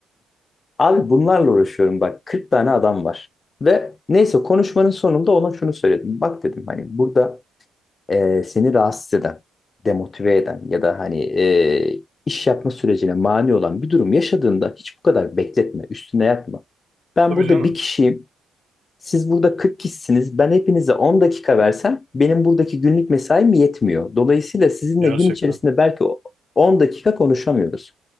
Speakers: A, on the left (about 45°); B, on the right (about 60°).
A: abi bunlarla uğraşıyorum bak 40 tane adam var. Ve neyse konuşmanın sonunda ona şunu söyledim. Bak dedim hani burada e, seni rahatsız eden, demotive eden ya da hani e, iş yapma sürecine mani olan bir durum yaşadığında hiç bu kadar bekletme, üstüne yatma. Ben
B: <laughs> Tabii
A: burada
B: canım.
A: bir kişiyim, siz burada 40 kişisiniz. Ben hepinize 10 dakika versem benim buradaki günlük mesaim yetmiyor. Dolayısıyla sizinle
B: Gerçekten.
A: gün içerisinde belki o- 10 dakika konuşamıyoruz.